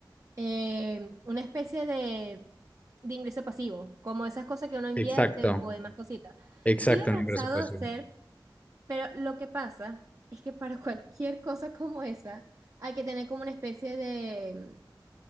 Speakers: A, on the right (about 40°); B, on the left (about 15°).
A: eh, una especie de, de ingreso pasivo, como esas cosas que uno invierte
B: Exacto,
A: o demás cositas.
B: exacto,
A: Sí lo
B: en
A: he
B: ingreso
A: pensado
B: pasivo.
A: hacer, pero lo que pasa es que para <laughs> cualquier cosa como esa hay que tener como una especie de,